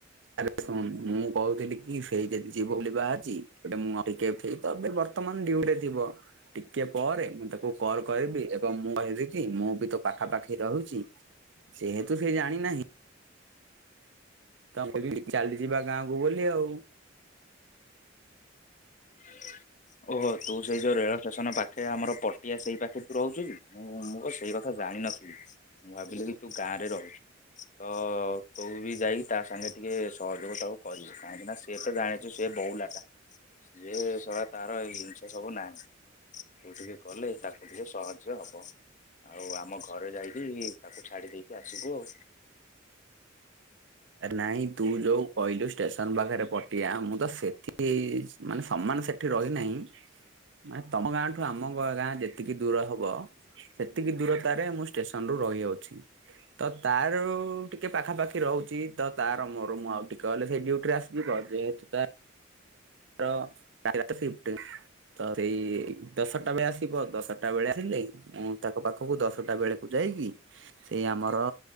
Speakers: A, on the right (about 65°); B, on the left (about 40°).
A: ଆରେ ଶୁଣ ମୁଁ କହୁଥିଲି କି ସେଇ ଯଦି ଯିବ ବୋଲି ବାହାରିଛି ଟ ମୁଁ ତମେ ବର୍ତ୍ତମାନ ଡିଉଟିରେ ଥିବ। ଟିକେ ପରେ ମୁଁ ତାକୁ କଲ କରିବି ଏବଂ ମୁଁ କହିବି କି ମୁଁ ବି ତୋ ପାଖାପାାଖି ରହୁଛି ଯେହେତୁ ସେ ଜାଣି ନାହିଁ। ତମେ ବି ଚାଲିଯିବା ଗାଁକୁ ବୋଲି ଆଉ।
B: <inaudible> ଓହୋ ତୁ ସେଇ ଯୋଉ ରେଳ ଷ୍ଟେସନ ପାଖେ ଆମର ପଟିଆ ସେଇ ପାଖେ ତୁ ରହୁଚୁ କି ଓ ସେଇ ଜାଣିନଥିଲି ମୁଁ ଭାବିଲି କି ତୁ ଗାଁ ରେ ରହୁଛୁ। ଓ ତୁବି ଯାଇ ତା ସାଙ୍ଗେ ଟିକେ ସହଯୋଗ ଦଉ କହିବୁ କାହିଁକିନା ସିଏ ତ ଜାଣିଛୁ ସିଏ ବଉଲାଟା। ସିଏ ଶଳା ତାର ଏଇ ଜିନିଷ ସବୁ ନାହିଁ ତୁ ଟିକେ କଲେ ତାକୁ ଟିକେ ସହଜ ହବ। ହବ ଆଉ ଆମ ଘରେ ଯାଇକି ତାକୁ ଛାଡି ଦେଇକି ଆସିବୁ ଆଉ।
A: ନାଇଁ ତୁ ଯୋଉ କହିଲୁ ଷ୍ଟେସନ ପାଖରେ ପଟିଆ ମୁଁ ତ ସେଠି ମାନେ ସମାନ ସେଠି ରହିନାହିଁ ମାନେ ତମ ଗାଁ ଆମ ଗାଁ ଯେତିକି ଦୂର ହବ ସେତିକି ଦୂରତାରେ ମୁଁ ଷ୍ଟେସନରୁୁ ରହିଯାଉଛି। ତ ତାଯୋଉ ପାଖି ରହୁଛି ତାର ମୋର ମୁଁ ଆଉ ଟିକେ କଲେ ସେଇ ଡୁଟି ରେ ଆସିଯିବ ଯେହେତୁ ତା ର ତାର ରତିଷିଫ୍ଟ ତ ସେଇ ଦଶଟା ବେଳେ ଆସିବ ଦଶଟା ବେଳେ ଆସିଲେ ମୁଁ ତାଙ୍କ ପାଖକୁ ଦଶଟା ବେଳକୁ ଯାଇକି ସେଇ ଆମର